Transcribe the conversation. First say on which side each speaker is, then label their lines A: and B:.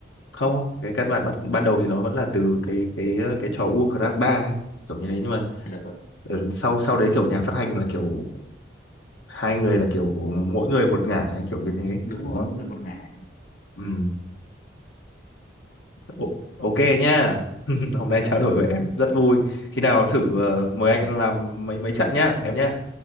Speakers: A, on the left; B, on the left.
A: không không cái căn bản bắt ban đầu thì nó vẫn là từ cái cái cái trò Warcraft 3 ấy. kiểu như thế nhưng mà
B: dạ vâng
A: ừ, sau sau đấy kiểu nhà phát hành là kiểu hai người là kiểu mỗi người một ngả ấy, kiểu như thế
B: đúng
A: đúng
B: rồi
A: không
B: mỗi người một ngả
A: ừ. O- ok nhá <laughs> hôm nay
B: dạ
A: trao
B: vâng
A: đổi với em
B: Ờ,
A: rất vui khi nào thử ờ, mời
B: dạ
A: anh
B: vâng
A: làm mấy mấy trận nhá em nhá